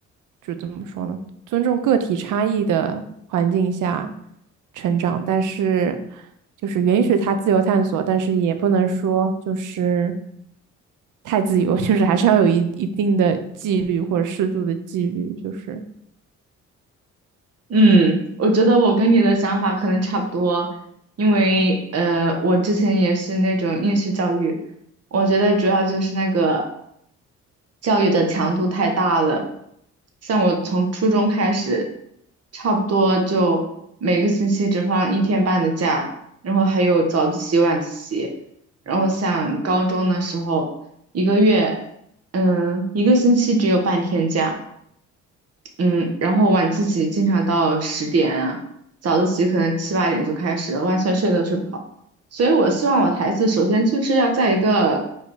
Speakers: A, on the right; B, on the right.
A: 就怎么说呢？尊重个体差异的环境下成长，但是就是允许他自由探索，但是也不能说就是太自由，<laughs> 就是还是要有一一定的纪律或者适度的纪律，就是
B: 嗯，我觉得我跟你的想法可能差不多，因为呃，我之前也是那种应试教育，我觉得主要就是那个教育的强度太大了。像我从初中开始，差不多就每个星期只放一天半的假，然后还有早自习、晚自习。然后像高中的时候，一个月，嗯，一个星期只有半天假。嗯，然后晚自习经常到十点啊，早自习可能七八点就开始了完全睡都睡不好。所以我希望我的孩子首先就是要在一个，